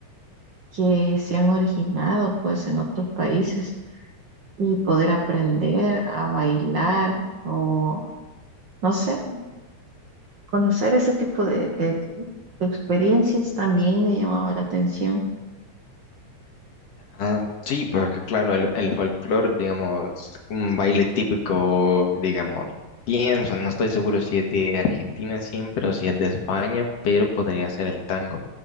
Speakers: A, on the right (about 50°); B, on the left (about 60°).
A: que se han originado pues en otros países y poder aprender a bailar o no sé. Conocer ese tipo de, de- de experiencias también me llamaba la atención
B: Ah, sí, porque claro, el, el folclore, digamos, un baile típico, digamos, pienso, no estoy seguro si es de Argentina siempre o si es de España, pero podría ser el tango.